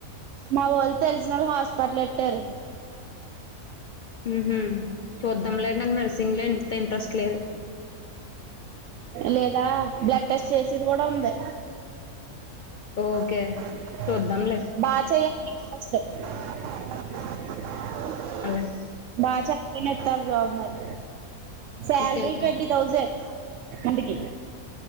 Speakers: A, on the right; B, on the left.
A: మా వల్తల్ తే హాస్పిటలెట్టారు
B: హ చూద్దాం లే నాకు నర్సింగ్ లో ఎంత ఇంట్రెస్ట్ లేదు
A: లేదా బ్లడ్ టెస్ట్ చేసింది కూడా ఉంది
B: ఓకే
A: బచ
B: చూద్దాంలే అలా
A: బాగా చెప్పని ఇస్తారు జాబ్ మరి salary
B: okay okay
A: twenty thousand అందుకి